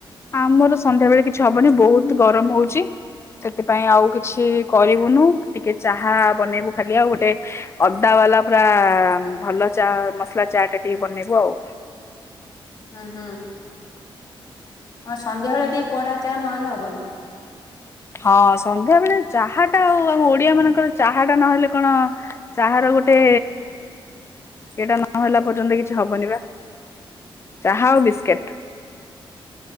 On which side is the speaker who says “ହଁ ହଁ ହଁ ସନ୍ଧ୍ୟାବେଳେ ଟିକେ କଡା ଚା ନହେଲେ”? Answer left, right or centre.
Left